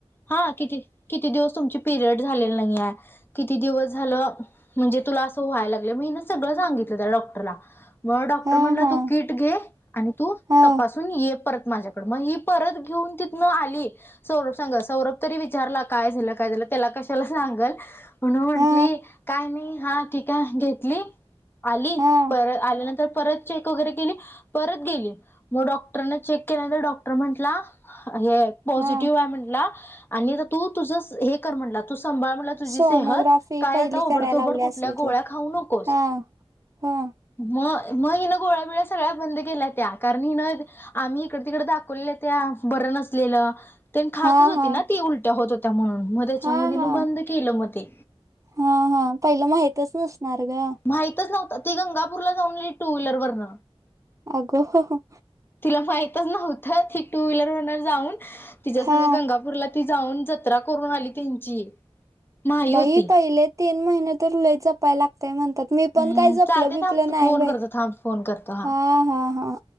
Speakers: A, on the left (about 20°); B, on the right (about 30°).
A: हा किती किती दिवस तुमची पिरियड झालेली नाहीय. किती दिवस झालं म्हणजे तुला असं व्हायला लागलं मीना सगळं सांगितलं त्या डॉक्टरला. मग डॉक्टर
B: हा
A: म्हणला
B: हा
A: तू किट घे आणि तू
B: हा
A: तपासून ये परत माझ्याकड मग ही परत घेऊन त आली सौरभ सांग सौरभ तरी विचारला काय झालं काय झालं त्याला कशाला सांगल. म्हणून म्हंटली
B: हा
A: काय नाही हा टीक य घेतली आली
B: हा
A: परत आल्यानंतर परत चेक वगैरे केली परत गेली मग डॉक्टर न चेक केल्यानंतर डॉक्टर म्हंटला हे पॉझिटिव्ह
B: हा
A: आहे म्हटला आणि तू तुझ हे कर म्हटला तुझं संभाळ. तुझी
B: सोनोग्राफी
A: सेहत काय
B: पहिली
A: आता उबडतोबड
B: करायला लावली
A: कुठल्या
B: असेल
A: गोळ्या
B: की
A: खाऊ नकोस.
B: हा हा
A: मग मग हिनं गोळ्याबिल्या सगळ्या बंद केल्या त्या कारण हिनं आम्ही इकडे तिकडे दाखवल्या त्यां बरं नसलेलं खातच
B: हा
A: होती
B: हा
A: ना ती उलट्या होत होत्या म्हणून त्याच्यामुळ
B: हा
A: तिनं
B: हा
A: बंद केलं म ते.
B: हा हा पहिलं माहितच नसणार ग
A: माहितच नव्हंत ती गंगापूर ला जाऊन आली टू व्हीलर वरन.
B: अग <unintelligible>
A: तिला माहितच नव्हतं ती टू व्हीलर वर्ण जाऊन तिच्या संग
B: हा
A: गंगापूरला ती जाऊन जत्रा करून आली त्यांची. माही
B: बाई
A: होती.
B: पहिले तीन महिने तर लय जप जाप्य लागतय म्हणतात मी पण
A: हम्म
B: काय जपलं
A: चालते
B: बिपलं
A: थांब
B: नाही
A: फोन
B: बाई
A: करतो थांब फोन करतो
B: हा. हा हां.